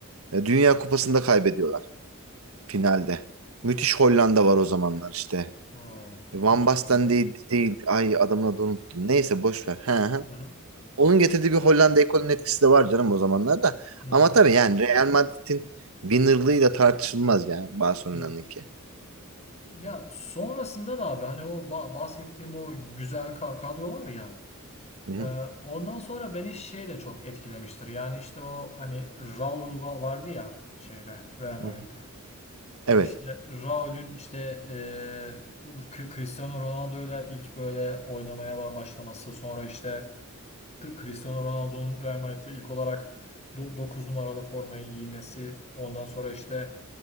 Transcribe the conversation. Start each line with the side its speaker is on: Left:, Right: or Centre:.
Right: E, Dünya Kupası'nda kaybediyorlar finalde. Müthiş Hollanda var o zamanlar işte.
Left: Ha,
Right: Van
Left: hiç
Right: Basten
Left: bilmiyorum.
Right: değil, değil. Ay adamın adını unuttum. Neyse boş ver. He, he.
Left: Hı hı.
Right: Onun getirdiği bir Hollanda ekolünün etkisi de var canım o zamanlarda
Left: Hı hı.
Right: Ama tabii yani Real Madrid'in winnerlığıyla tartışılmaz yani Barcelona'nınki.
Left: Evet. Ya sonrasında da abi hani o ba- bahsettiğim o güzel ka- kadro var ya
Right: Hı hı,
Left: Ee, ondan sonra beni şey de çok etkilemiştir. Yani işte o hani Raul va- vardı ya şeyde Real Madrid'de.
Right: hı hı. Evet.
Left: İşte Raul'ün işte e, K- Cristiano Ronaldo'yla ilk böyle oynamaya ba- başlaması. Sonra işte K- Cristiano Ronaldo'nun Real Madrid'de ilk olarak 9 numaralı formayı giymesi. Ondan sonra işte